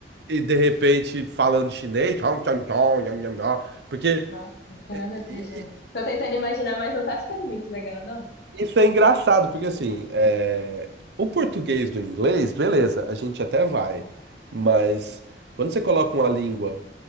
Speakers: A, on the right; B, on the left.
A: e de repente falando chinês, tchau, tchau, tchau, nham, nham, nham. porque
B: Nossa, não tem nada
A: e-
B: a ver, gente. Tô tentando imaginar, mas não tá ficando muito legal, não.
A: e- isso é engraçado, porque assim, é, o português do inglês, beleza, a gente até vai, mas quando você coloca uma língua,